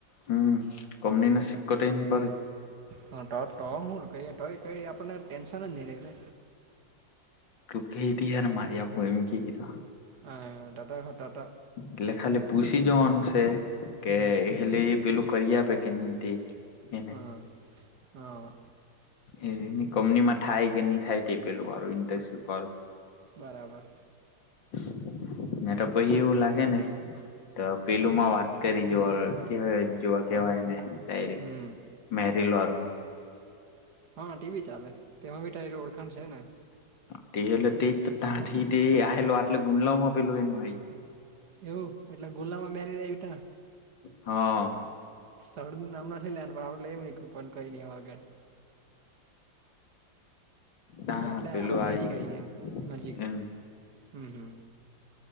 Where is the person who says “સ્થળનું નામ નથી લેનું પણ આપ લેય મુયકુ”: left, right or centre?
Right